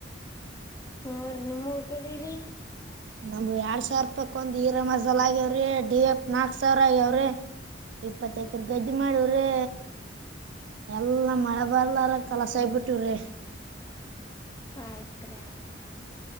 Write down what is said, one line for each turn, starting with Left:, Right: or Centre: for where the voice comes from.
Left: ಅವ್ರ ನಿಮ್ಮ ಕಡರಿ
Right: ನಮ್ ಎರಡ್ ಸಾವಿರ ರೂಪಾಯಿ ಒಂದರಮ ಲ್ ಆಗ್ಯಾವ್ರಿ ಡಿ ಎತ್ ನಾಕ ಸಾವಿರ ಆಗ್ಯಾವ್ರಿ ಇಪ್ಪತ್ತೈ ಗದ್ದೆ ಮಾಡವ್ರಿ ಎಲ್ಲಾ ಮಳೆ ಬರ್ಲಾರ ಕಲಸ ಆಗಬಿಟ್ಟ <unintelligible> ಟರೆೆ <unintelligible>
Left: ಆಯ್ತ್ ಆಯ್ತ್ <inaudible>